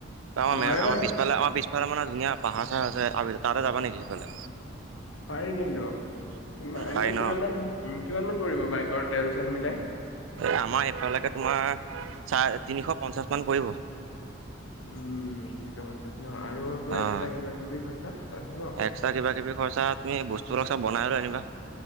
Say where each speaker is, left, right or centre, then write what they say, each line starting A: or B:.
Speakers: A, on the right (about 85°); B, on the left (about 85°).
A: তাৰ মানে
B: অ'
A: আমাৰ
B: আৰু এইবাৰ
A: ম আমাৰ পিছফালে আমাৰ পিছফালে মানে ধুনীয়া পাহাৰ চাহাৰ আছে তাতে যাবা নেকি সেইফালে?
B: পাৰি কিন্তু। এনে
A: পাৰি
B: কিমানান
A: ন
B: উ কিমান মান পৰিব বাইকৰ তেল চেল মিলাই
A: আমাৰ এফালেকে তোমাৰ চাৰ তিনিশ পঞ্চাশ মান পৰিব।
B: উম তেনেকুৱা মানে ন আৰু ত এক্সট্ৰা
A: অঁ
B: কিবা কিবি খৰচা? আছে ন?
A: এক্সট্ৰা কিবা কিবি খৰচা তুমি বস্তুবিলাক চব বনাই লৈ আনিবা।